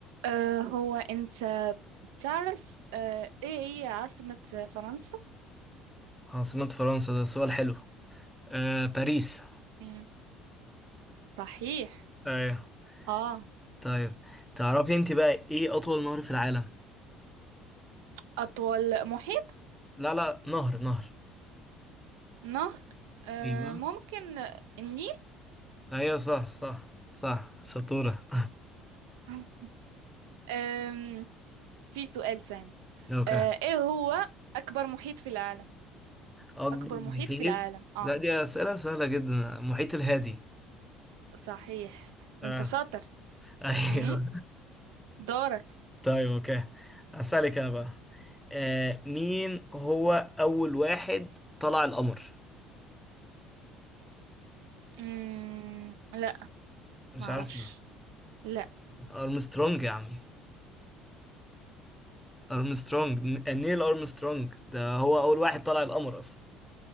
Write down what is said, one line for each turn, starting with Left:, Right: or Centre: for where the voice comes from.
Right: أه هو أنت تعرف أه إيه هي عاصمة فرنسا؟
Centre: عاصمة فرنسا ده سؤال حلو آه باريس
Right: مم. صحيح
Centre: ايوه
Right: آه
Centre: طيب تعرفي انت بقى ايه اطول نهر في العالم
Right: أطول محيط
Centre: لا لا نهر نهر
Right: نهر أه
Centre: ايوه
Right: ممكن النيل
Centre: ايوه صح صح صح شطورة
Right: <laughs> أم في سؤال تاني
Centre: <laughs> اوكي
Right: أه إيه هو أكبر محيط في العالم؟
Centre: اكبر
Right: أكبر محيط
Centre: محيط
Right: في العالم آه
Centre: لا دي اسئلة سهلة جدا محيط الهادي
Right: صحيح ده
Centre: اه
Right: أنت شاطر
Centre: ايوه
Right: أمم دورك
Centre: <laughs> طيب اوكي اسالك انا بقى آه مين هو اول واحد طلع القمر
Right: أمم لا
Centre: مش
Right: معرفش
Centre: عارف ده
Right: لا
Centre: ارمسترونج يا عمي ارمسترونج ن- نيل ارمسترونج ده هو اول واحد طلع القمر اصلا